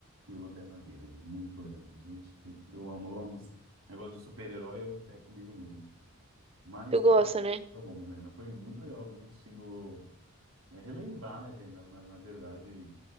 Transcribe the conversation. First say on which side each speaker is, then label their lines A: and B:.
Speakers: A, on the right; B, on the right.
A: e o Lanterna Verde. Muito legal, gente. Eu amo, eu amo. esse Negócio de super-herói eu- é comigo mesmo. Mas
B: tu
A: tá
B: gosta,
A: bom,
B: né?
A: tá bom, Milena. Foi muito legal ver contigo né, relembrar, né, velho, na, na, na verdade,